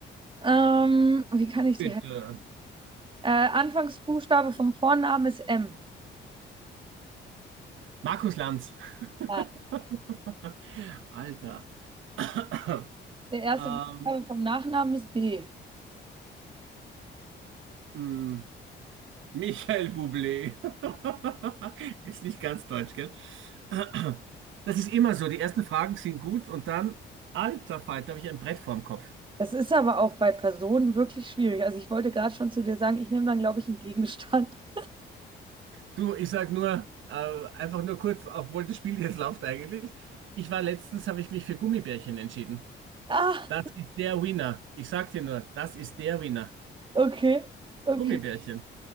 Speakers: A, on the right; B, on the right.
A: Ähm, wie kann ich
B: Bitte.
A: dir helfen? Äh, Anfangsbuchstabe vom Vornamen ist M.
B: Markus Lanz.
A: Ah,
B: <laughs> Alter. <coughs>
A: Der erste
B: Ähm,
A: Buchstabe vom Nachnamen ist B.
B: mh, Michael Bublé. <laughs> Ist nicht ganz deutsch, gell? <coughs> Das ist immer so. Die ersten Fragen sind gut und dann, alter Falter, habe ich ein Brett vorm Kopf.
A: Das ist aber auch bei Personen wirklich schwierig. Also ich wollte gerade schon zu dir sagen, ich nehme dann, glaube ich, einen Gegenstand. <laughs>
B: Du, ich sag nur, äh, einfach nur kurz, obwohl das Spiel jetzt läuft eigentlich. Ich war letztens, habe ich mich für Gummibärchen entschieden.
A: Ah,
B: Das ist der Winner. Ich sag dir nur, das ist der Winner.
A: okay, okay.
B: Gummibärchen.